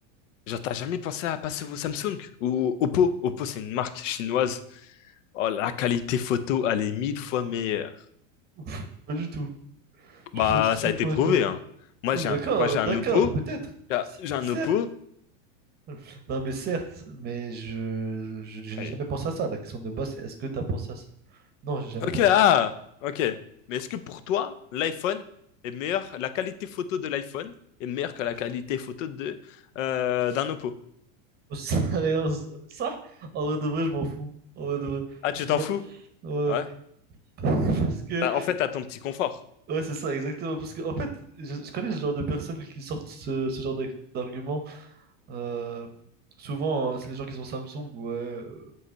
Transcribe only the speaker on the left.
genre, t'as jamais pensé à passer vos Samsung ou Oppo? Oppo, c'est une marque chinoise. Oh, la qualité photo, elle est mille fois meilleure.
Bah,
ça
a été
prouvé,
hein. Moi,
j'ai
un, moi, j'ai un
oppo.
J'ai un
j'ai un
oppo.
Allez.
Ok,
ah, ok. Mais est-ce que pour toi, l'iPhone est meilleur, la qualité photo de l'iPhone est meilleure que la qualité photo de, euh, d'un oppo?
Ah,
tu
t'en
fous?
Ouais.
T'as- en fait, t'as ton petit confort.